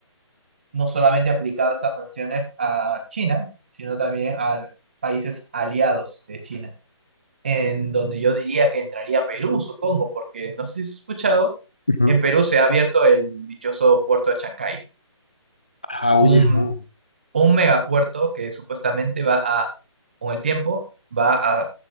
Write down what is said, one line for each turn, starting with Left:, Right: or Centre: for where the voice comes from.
Right: no solamente aplicado estas sanciones a China, sino también a países aliados de China, en donde yo diría que entraría Perú, supongo, porque no sé si has escuchado,
Left: Ujú.
Right: en Perú se ha abierto el dichoso puerto de Chancay,
Left: Ah, oye,
Right: un,
Left: no.
Right: un megapuerto que supuestamente va a, con el tiempo, va a